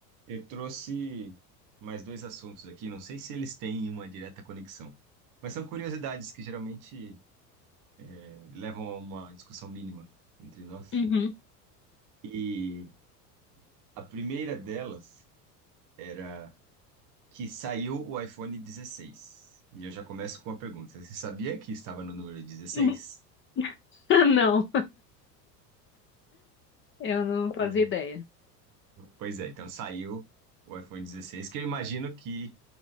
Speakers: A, on the right; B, on the left.
A: Eu trouxe mais dois assuntos aqui, não sei se eles têm uma direta conexão, mas são curiosidades que geralmente eh, levam a uma discussão mínima entre nós.
B: Uhum.
A: E a primeira delas era que saiu o iPhone 16. E eu já começo com uma pergunta: você sabia que estava no número 16?
B: <laughs> Não, eu não fazia
A: É.
B: ideia.
A: Pois é, então saiu o iPhone 16, que eu imagino que